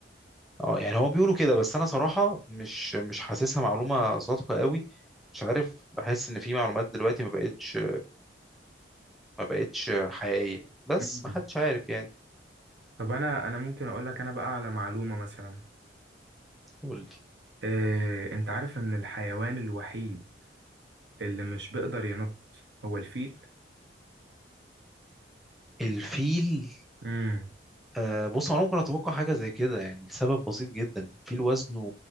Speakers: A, in the centre; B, on the right (about 65°).
A: اه يعني هو بيقولوا كده بس انا صراحه مش مش حاسسها معلومه صادقه قوي مش عارف بحس ان في معلومات دلوقتي ما بقتش ما بقتش حقيقية بس
B: امم
A: ما حدش عارف يعني
B: طب انا انا ممكن اقول لك انا بقى على معلومة مثلا
A: قول لي
B: إيه، انت عارف ان الحيوان الوحيد اللي مش بيقدر ينط هو الفيل
A: الفيل
B: امم
A: آه بص انا ممكن اتوقع حاجه زي كده يعني السبب بسيط جدا الفيل وزنه